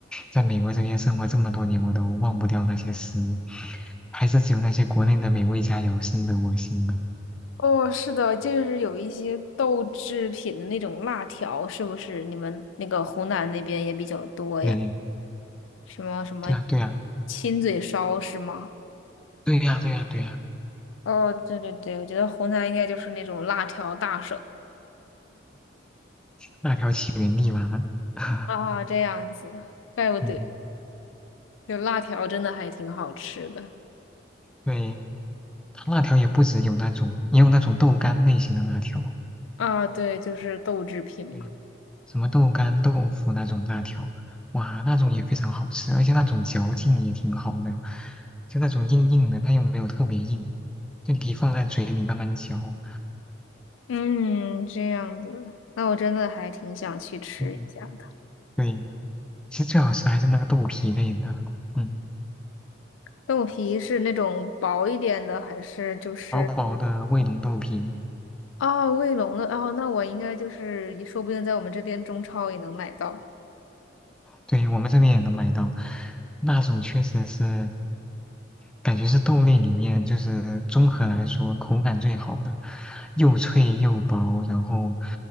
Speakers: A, in the centre; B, on the left (about 85°).
A: 在美国这边生活这么多年，我都忘不掉那些食物，还是只有那些国内的美味佳肴深得我心呢。
B: 哦，是的，就是有一些豆制品的那种辣条，是不是你们那个湖南那边也比较多呀？
A: 对。
B: 什么什么
A: 对呀，对呀，
B: 亲嘴烧是吗？
A: 对呀，对呀，对呀，
B: 哦，对对对，我觉得湖南应该就是那种辣条大省
A: 辣条起源地嘛，<laughs>
B: 啊，这样子，怪不得，
A: 嗯，
B: 就辣条真的还挺好吃的。
A: 对，它辣条也不只有那种，也有那种豆干类型的辣条，
B: 啊，对，就是豆制品嘛。
A: 对，什么豆干、豆腐那种辣条，哇，那种也非常好吃，而且那种嚼劲也挺好的，就那种硬硬的，它又没有特别硬，就你可以放在嘴里慢慢嚼，
B: 嗯，这样子，那我真的还挺想去吃一下的。
A: 嗯，对，其实最好吃还是那个豆皮类的，嗯，
B: 豆皮是那种薄一点的，还是就是
A: 薄薄的卫龙豆皮，
B: 哦卫龙的？哦，那我应该就是说不定在我们这边中超也能买到。
A: 对，我们这边也能买到，那种确实是，感觉是豆类里面就是综合来说口感最好的，又脆又薄，然后